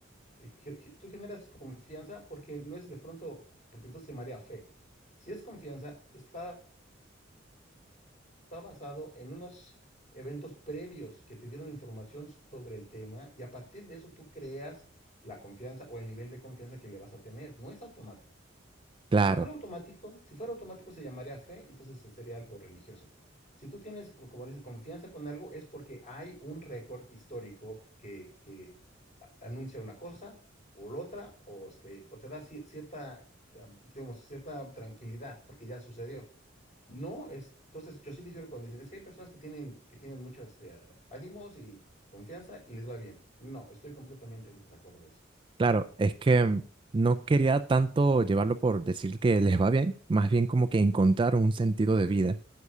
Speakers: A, on the left; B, on the right.
A: eh, ge- ge- tú generas confianza porque no es de pronto, porque entonces se marea fe. Si es confianza, está, está basado en unos eventos previos que te dieron información sobre el tema y a partir de eso tú creas la confianza o el nivel de confianza que le vas a tener, no es automático.
B: Claro,
A: Si fuera automático, si fuera automático se llamaría fe, y entonces se- sería algo religioso. Si tú tienes, co- como dices, confianza con algo, es porque hay un récord histórico que, que a- anuncia una cosa o la otra, o, este, o te da ci- cierta, ah, digamos, cierta tranquilidad porque ya sucedió. No es, entonces yo sí difiero cuando dicen, es que hay personas que tienen, que tienen mucho este, ah, ánimos y confianza y les va bien. No, estoy completamente en desacuerdo de eso.
B: claro, es que mm, no quería tanto llevarlo por decir que les va bien, más bien como que encontrar un sentido de vida.